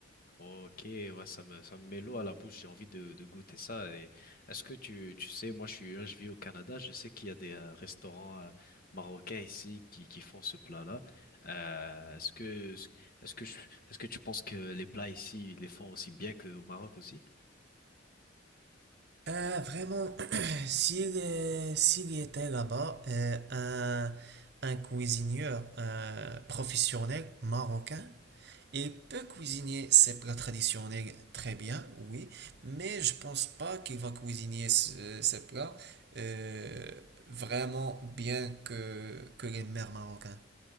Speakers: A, on the left; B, on the right.
A: Ok, ouais, ça me, ça me met l'eau à la bouche, j'ai envie de, de goûter ça. Et est-ce que tu, tu sais, moi je suis, hein, je vis au Canada, je sais qu'il y a des euh, restaurants euh, marocains ici qui, qui font ce plat-là. Euh, est-ce que, est-ce que je- est-ce que tu penses que les plats ici, ils les font aussi bien qu'au Maroc aussi?
B: Ah, vraiment, <clears throat> s'il est- s'il y était là-bas, euh, un, un cuisinier euh, professionnel marocain, Il peut cuisiner ses plats traditionnels très bien, oui, mais je pense pas qu'il va cuisiner ce- ces plats euh, vraiment bien que, que les mères marocains.